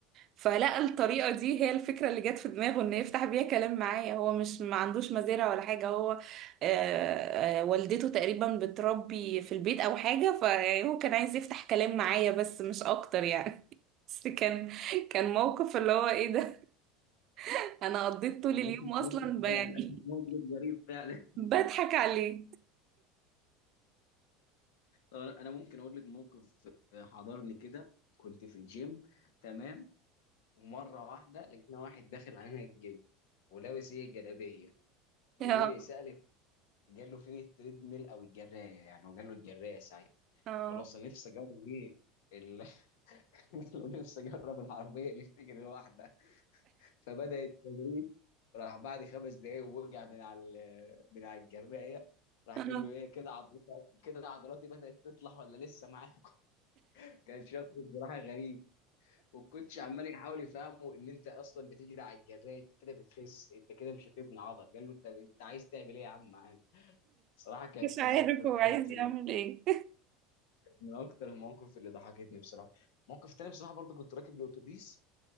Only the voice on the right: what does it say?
فلقى الطريقة دي هي الفكرة اللي جت في دماغه ان يفتح بيها كلام معايا هو مش ما عندوش مزارع ولا حاجة هو آه، آه، والدته تقريبا بتربي في البيت او حاجة فهو كان عايز يفتح كلام معايا بس مش اكتر يعني <laughs> بس كان كان موقف اللي هو ايه ده <laughs> انا قضيت طول
اليوم اصلا
ب- يعني
بضحك عليه <laughs>
اه
اه
آه.
مش عارف
هو
عايز
يعمل ايه